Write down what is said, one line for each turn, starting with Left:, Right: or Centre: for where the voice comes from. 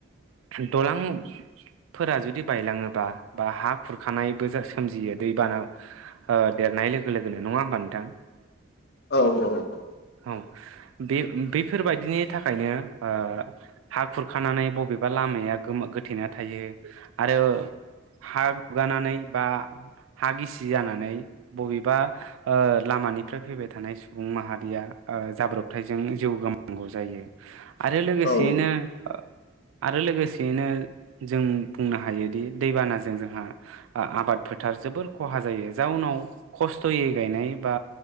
Right: दलांफोरा जुदि बायलाङोबा बा हा खुरखानायबो जा सोमजियो दैबाना ओ देरनाय लोगो लोगोनो नङा होमबा नोंथां?
Left: औ औ औ ।
Right: औ बे बैफोरबायाददिनि थाखायनो ओ हा खुरखानानै बबेबा लामाया गोमा गोथेना थायो आरो हा गुगानानै बा हा गिसि जानानै बबेबा ओ लामानिफ्राय फैबाय थानाय सुबुं माहारिया ओ जाब्रबथायजों जिउ गोमानांगौ जायो । आरो लोगोसेयैनो
Left: औ
Right: ओ आरो लोगोसेयैनो जों बुंनो हायोदि दैबानाजों जोंहा आ आबाद फोथार जोबोर खहा जायो जाउनाव खस्थ'यै गायनाय बा